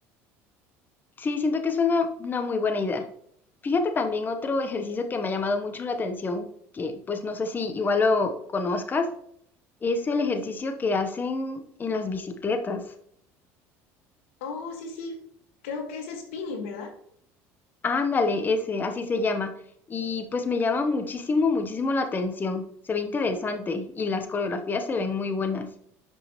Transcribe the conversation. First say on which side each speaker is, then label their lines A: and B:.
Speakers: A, on the left; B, on the left.
A: Sí, siento que es una, una muy buena idea. Fíjate también otro ejercicio que me ha llamado mucho la atención, que pues no sé si igual lo conozcas, es el ejercicio que hacen en las bicicletas.
B: Oh, sí, sí, creo que es spinning, ¿verdad?
A: Ándale, ese, así se llama. Y pues me llama muchísimo, muchísimo la atención. Se ve interesante y las coreografías se ven muy buenas.